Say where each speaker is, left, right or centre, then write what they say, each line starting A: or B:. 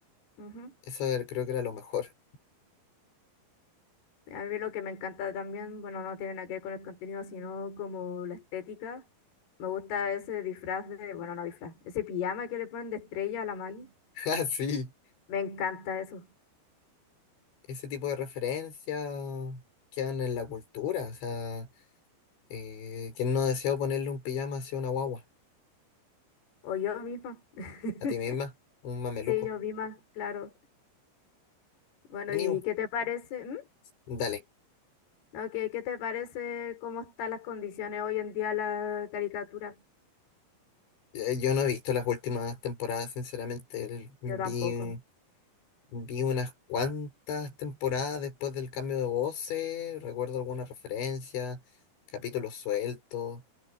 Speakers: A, on the left (about 65°); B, on the left (about 85°).
A: Ujú.
B: eso era- creo que era lo mejor.
A: Sí, A mí lo que me encanta también, bueno, no tiene nada que ver con el contenido, sino como la estética. Me gusta ese disfraz de, bueno, no disfraz, ese pijama que le ponen de estrella a la Maggie.
B: <laughs> Ah, sí,
A: Me encanta eso.
B: ese tipo de referencias quedan en la cultura. O sea, eh, ¿quién no deseó ponerle un pijama así a una guagua?
A: O yo misma. <laughs>
B: A ti misma, un mameluco.
A: Sí, yo misma, claro. Bueno,
B: Vení,
A: ¿y qué te parece? ¿Mm?
B: dale.
A: Ok, ¿qué te parece cómo están las condiciones hoy en día la caricatura?
B: Eh, Yo no he visto las últimas temporadas, sinceramente. El- Vi,
A: Yo tampoco.
B: vi unas cuantas temporadas después del cambio de voces, recuerdo algunas referencias, capítulos sueltos,